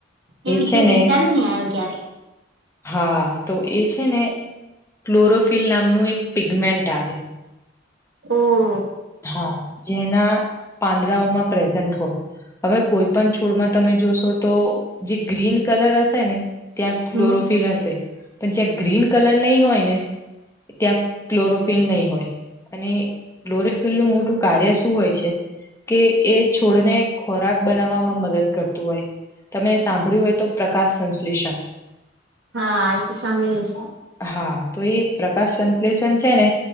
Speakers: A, on the right; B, on the left.
A: એ વિષ
B: છે ને
A: વિચાર નહી, આવ્યો ક્યારે.
B: હા, તો એ છેને, ક્લોરોફિલ નામનું એક. પિગમેન્ટ આવે.
A: ઓ.
B: હા, જેના પાંદડાઓમાં પ્રેઝન્ટ હોય. હવે, કોઈ પણ છોડમા, તમે જોશો તો જે ગ્રીન કલર હશે ને. ત્યાં ક્લોરોફિલ,
A: હમ
B: હશે પણ જ્યાં ગ્રીન કલર નહી, હોય ને. ત્યાં ક્લોરોફિન નહીં, હોય અને ક્લોફ. ફીલનું મોટું કાર્ય, શું હોય છે? કે એ છોડને, ખોરાક બનાવવામાં મદદ કરતું હોય. તમે સાંભળ્યું હોય, તો પ્રકાશ સંશ્લેષણ.
A: હા, એ તો સાંભળેલું છે.
B: હા, તો એ પ્રકાશ સંશ્લેષણ છેને,